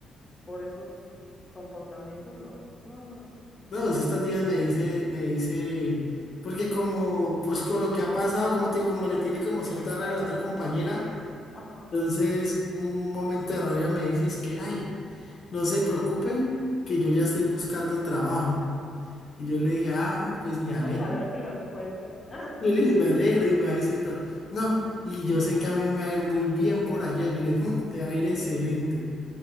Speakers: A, on the left; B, on the left.
A: por esos comportamientos, no, no, no, no.
B: No, pues estos días me dice, me dice, porque como, pues con lo que ha pasado, como te digo, como le tiene como cierta rabia a la otra compañera.
A: Ajá.
B: Entonces, un momento de rabia me dices que, ay, no se preocupen, que yo ya estoy buscando trabajo. Y yo le dije, ah, pues me alegro.
A: Ojalá que lo encuentre. <laughs>
B: <laughs> Yo le dije, me alegro. Y me va diciendo, no, y yo sé que a mí me va a ir muy bien por allá. Yo le dije, "Mm, te va a ir excelente.